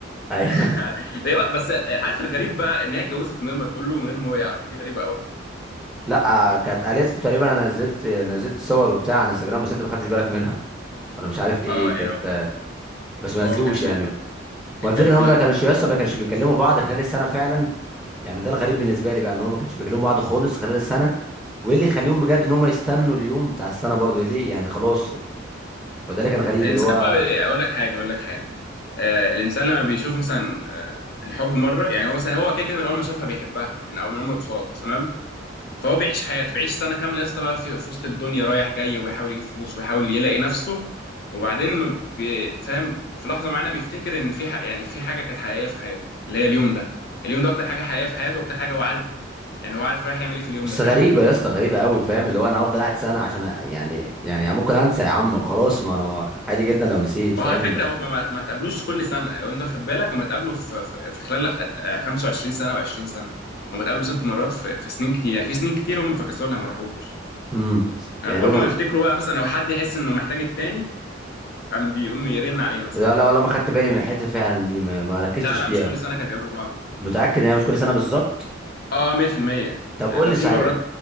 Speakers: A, in the centre; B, on the left.
A: ايوه
B: <laughs> ده بقى- بس عارف الغريب بقى ان هي اتجوزت من غير ما تقول له من غير ما هو يعرف دي غريبه قوي
A: لا كانت قالت له تقريبا انا نزلت نزلت صور وبتاع على انستجرام بس انت ما خدتش بالك منها انا مش عارف ايه
B: اه يعني
A: كانت
B: هو
A: بس ما
B: هو
A: قالتلوش
B: ما كانش
A: يعني
B: مهتم
A: ما
B: انكرف
A: الفكره ان هم
B: لها
A: ما كانوش يسطا ما كانوش بيكلموا بعض خلال السنه فعلا يعني ده الغريب بالنسبه لي بقى ان هم ما كانوش بيكلموا بعض خالص خلال السنه وايه اللي يخليهم بجد ان هم يستنوا اليوم بتاع السنه برضو ليه يعني خلاص وده اللي كان غريب
B: الانسان
A: اللي هو
B: بقى بي- اقول لك حاجه اقول لك حاجه آه الانسان لما بيشوف مثلا آه الحب مره يعني هو مثلا هو كده كده من اول ما شافها بيحبها من اول ما هم اطفال تمام فهو بيعيش حياته بيعيش سنه كامله يا اسطى بقى في في وسط الدنيا رايح جاي وبيحاول يجيب فلوس وبيحاول يلاقي نفسه وبعدين ما بي- فاهم في لحظه معينه بيفتكر ان في ح... يعني في حاجه كانت حقيقيه في حياته اللي هي اليوم ده اليوم ده اكتر حاجه حقيقيه في حياته واكتر حاجه هو عارف يعني هو عارف رايح يعمل ايه في اليوم
A: بس
B: ده فاهم
A: غريبة يا اسطى غريبة قوي فاهم اللي هو انا هفضل قاعد سنة عشان أ- يعني يعني ممكن انسى يا عم خلاص ما انا عادي جدا لو نسيت فاهم
B: وهو على فكره
A: اللي...
B: هم ما ما تقابلوش كل سنه يعني لو انت واخد بالك هم اتقابلوا في في في خلال أت- 25 سنه و20 سنه هم اتقابلوا ست مرات في في سنين كتير يعني في سنين كتير هم فكسوا لها ما راحوش
A: امم
B: يعني
A: يعني
B: كل
A: هما
B: ما يفتكروا بقى مثلا لو حد يحس انه محتاج التاني قام بيقوم يرن عليه مثلا
A: لا لا والله ما خدت بالي من الحتة فعلا دي ما, ما ركزتش
B: لا لا
A: فيها
B: مش كل سنه كانوا بيقابلوا بعض
A: متأكد ان هي مش كل سنة بالظبط
B: اه 100%
A: طب قول
B: ده
A: لي
B: في
A: صحيح
B: مرات